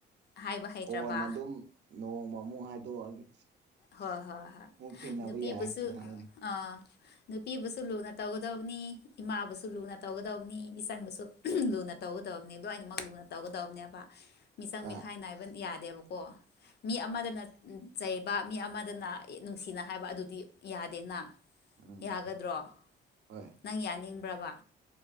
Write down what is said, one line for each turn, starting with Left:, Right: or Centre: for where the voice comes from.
Left: ꯍꯥꯏꯕ ꯍꯩꯇ꯭ꯔꯕ
Right: ꯀꯣꯟꯅ ꯑꯗꯨꯝ ꯅꯣꯡꯃ ꯑꯃꯨꯨꯡ ꯍꯥꯏꯗꯣꯛꯑꯒꯦ
Left: ꯍꯣꯏ ꯍꯣꯏ ꯍꯣꯏ
Right: ꯑꯃꯨꯛ ꯊꯦꯡꯅꯕ
Left: ꯅꯨꯄꯤꯕꯨꯁꯨ
Right: ꯌꯥꯏ ꯍꯥꯏꯕꯗꯣ
Left: ꯑ ꯅꯨꯄꯤꯕꯨꯁꯨ ꯂꯨꯅ ꯇꯧꯒꯗꯕꯅꯤ ꯏꯃꯥꯕꯨꯁꯨ ꯂꯨꯅ ꯇꯧꯒꯗꯕꯅꯤ ꯏꯆꯟꯕꯨꯁꯨ ꯂꯨꯅ ꯇꯧꯒꯗꯕꯅꯤ ꯂꯣꯏꯅꯃꯛ ꯂꯨꯅ ꯇꯧꯒꯗꯕꯅꯦꯕ ꯃꯤꯆꯪ
Right: ꯍꯣꯏ
Left: ꯃꯤꯈꯥꯏ ꯅꯥꯏꯕ ꯌꯥꯗꯦꯕꯀꯣ ꯃꯤ ꯑꯃꯗꯅ ꯆꯩ ꯕ ꯃꯤ ꯑꯃꯗꯅ ꯅꯨꯡꯁꯤꯅ ꯍꯥꯏꯕ ꯑꯗꯨꯗꯤ ꯌꯥꯗꯦꯅ
Right: ꯎꯝ
Left: ꯌꯥꯒꯗ꯭ꯔꯣ
Right: ꯍꯣꯏ
Left: ꯅꯪ ꯌꯥꯅꯤꯡꯕ꯭ꯔꯕ